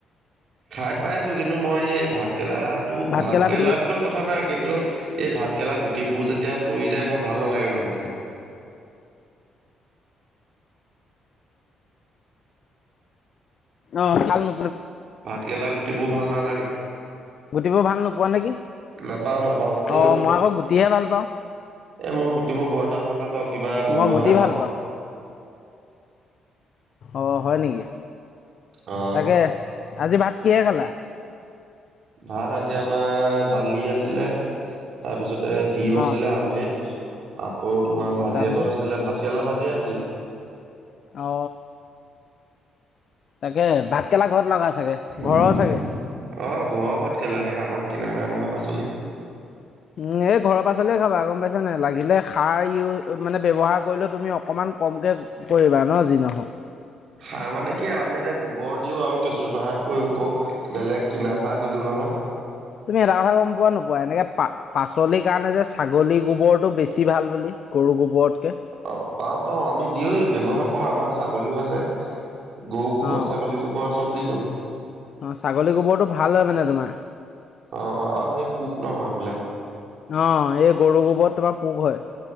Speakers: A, on the right; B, on the left.
A: খাই পাইছো কিন্তু মই এই ভাতকৰেলাটো,
B: ভাতকেৰেলা
A: ভাতকেৰেলাক
B: পিটিকি
A: লৈ কথা নাই কিন্তু এই ভাতকেৰেলা গোট ৰুটিবোৰ যেতিয়া পৰি যায় মই ভাল নালাগে মানে খাই।
B: অ, চাল ন
A: ভাত কেলা গুটিবোৰ ভাল নালাগে।
B: গুটিবোৰ ভাল নোপোৱা নেকি?
A: নাপাও নাপাও
B: অ
A: এ
B: মই আকৌ গুটিহে ভাল পাওঁ।
A: এ মই গুটিবোৰ বৰ এটা ভাল নাপাওঁ, কিবা গোন্ধহে
B: মই গুটি
A: পাওঁ।
B: ভাল অ, হয় নেকি,
A: অ
B: তাকে আজি ভাত কিহে খালা?
A: ভাত আজি আমাৰ দালি আছিলে, তাৰপিছত ডিম
B: অ
A: আছিলে আমলেট, আকৌ তোমাৰ ভাজি
B: তাৰপিছত
A: এখন আছিলে, ভাত কেৰেলা ভাজি আছিলে।
B: অ। তাকে বাত খেলা ঘৰত লগা চাগে ঘৰৰ
A: অ,
B: চাগে
A: ঘৰৰ ভাত কেলাহে আমাক কিনা নাই নহয় পাচলি।
B: উম এই ঘৰৰ পাচলিয়ে খাবা গম পাইছা নে, লাগিলে সাৰ ইউ মানে ব্যৱহাৰ কৰিলে তুমি অকমান কমকে কৰিবা ন যি নহওক।
A: সাৰ মানে কি আমি এতিয়া গোবৰ দিও আৰু কেঁচুসাৰে প্ৰয়োগ কৰো, বেলেগ কিনা সাৰ নিদ <inaudible>
B: তুমি এটা কথা গম পোৱা নোপোৱা এনেকে পা পাচলিৰ কাৰণে যে ছাগলী গোবৰটো বেছি ভাল বুলি, গৰু গোবৰতকে।
A: অ পাও-পাও আমি দিওয়ে ব্যৱহাৰ কৰো, আমাৰ ছাগলীও আছে। গৰু গোবৰ
B: অ',
A: ছাগলী গোবৰ চব দি দিওঁ।
B: অ ছাগলী গোবৰটো ভাল হয় মানে তোমাৰ।
A: অ, অ, আৰু সেই পোক নহয় বোলে।
B: অ', এই গৰু গোবৰত তোমাৰ পোক হয়।